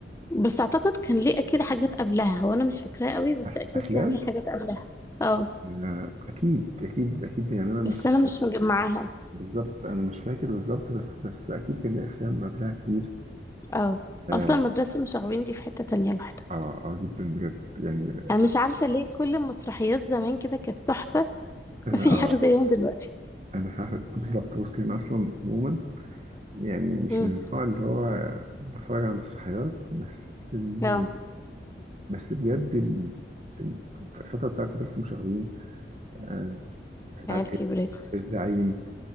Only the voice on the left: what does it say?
بس أعتقد كان ليه أكيد حاجات قبلها هو أنا مش فاكراه قوي بس
أكيد
كان ليه حاجات قبلها اه
بس أنا مش مجمعاهم
اه
أصلا مدرسة المشاغبين دي في حتة تانية لوحدها
أنا مش عارفة ليه كل المسرحيات زمان كده كانت تحفة
مفيش حاجة
زيهم دلوقتي
امم
اه
العيال كبرت